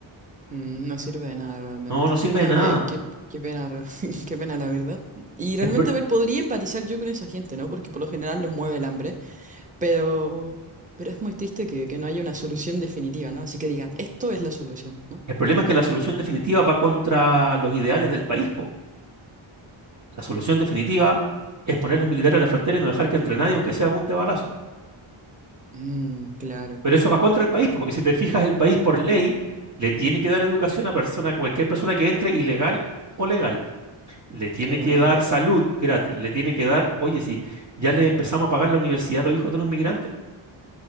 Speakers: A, on the right; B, on the right.
A: Mm, no sirve de nada realmente.
B: No, no sirve
A: Bueno,
B: de nada.
A: qué, qué, qué pena, re- <laughs> qué pena la verdad. Y realmente,
B: El, pro-
A: a ver, podría empatizar yo con esa gente, ¿no? Porque por lo general les mueve el hambre, pero, pero es muy triste que, que no haya una solución definitiva, ¿no? Así que digan, esto es la solución, ¿no?
B: el problema es que la solución definitiva va contra los ideales del país, po. La solución definitiva es poner los militares a la frontera y no dejar que entre nadie, aunque sea a punta de balazo.
A: Mm, claro,
B: Pero eso va contra el país, po, porque si te fijas, el país por ley le tiene que dar educación a persona, a cualquier persona que entre ilegal o legal. le tiene
A: claro.
B: que dar salud gratis, le tiene que dar, oye, sí, ya les empezamos a pagar la universidad a los hijos de los migrantes,